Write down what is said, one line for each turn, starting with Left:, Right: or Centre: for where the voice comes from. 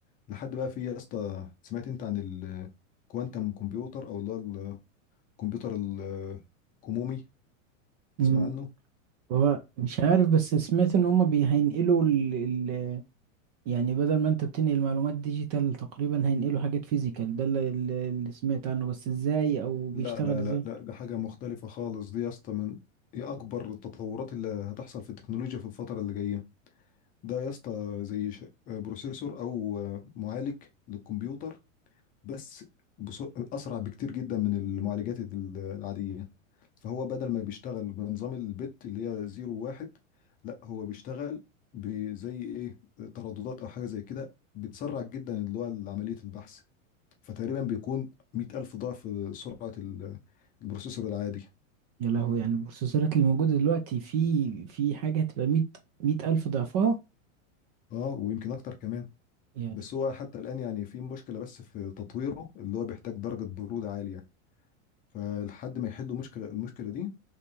Left: لحد بقى في يا اسطى سمعت انت عن الكوانتم كمبيوتر او اللي هو الكمبيوتر ال- الكمومي
Right: مم.
Left: تسمع عنه
Right: هو مش عارف بس سمعت ان هما بي- هينقلوا ال... ال... يعني بدل ما انت بتنقل معلومات ديجيتال تقريبا هينقلوا حاجات فيزيكال ده اللي, اللي اللي سمعت عنه بس ازاي او بيشتغل
Left: لا لا
Right: ازاي
Left: لا لا ده حاجة مختلفة خالص دي يا اسطى من هي اكبر التطورات اللي هتحصل في التكنولوجيا في الفترة اللي جاية ده يا اسطى زي ش- آه، بروسيسور او آه، معالج للكمبيوتر بس بص... اسرع بكتير جدا من المعالجات ال- العاديه فهو بدل ما بيشتغل بنظام البت اللي هي زيرو واحد لا هو بيشتغل بزي ايه ترددات او حاجه زي كده بتسرع جدا اللي هو عمليه البحث فتقريبا بيكون 100000 ضعف سرعه ال- البروسيسور العادي
Right: يا لهوي يعني البروسيسورات اللي موجودة دلوقتي في في حاجة هتبقى مية مية ألف ضعفها
Left: اه ويمكن اكتر كمان
Right: يا
Left: بس هو حتى الان يعني في مشكله بس في تطويره اللي هو بيحتاج درجه بروده عاليه فلحد ما يحلوا مشكله المشكله دي